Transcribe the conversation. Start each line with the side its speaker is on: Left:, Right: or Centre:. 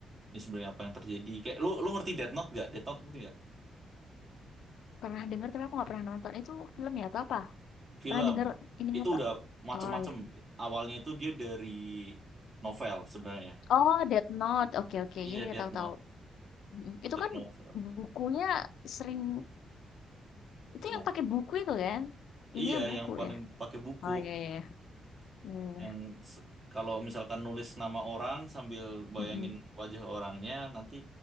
Right: ini sebenarnya apa yang terjadi kayak lu lu ngerti Death Note gak Death Note ngerti gak
Left: Pernah dengar? tapi aku nggak pernah nonton. Itu film ya atau apa?
Right: film
Left: Pernah dengar ininya
Right: itu
Left: pak?
Right: udah macem-macem
Left: Oh ya.
Right: awalnya itu dia dari novel sebenarnya
Left: Oh Death Note, oke oke,
Right: iya
Left: Ya iya
Right: Death
Left: tahu
Right: Note
Left: tahu. Mhm. Itu
Right: dari
Left: kan
Right: novel
Left: bukunya sering itu
Right: kenapa
Left: yang pakai buku itu kan? Ininya
Right: iya
Left: buku
Right: yang paling
Left: ya?
Right: pakai buku
Left: Oh ya ya ya. Iya iya.
Right: yang se- kalau misalkan nulis nama orang sambil bayangin
Left: Mhm.
Right: wajah orangnya nanti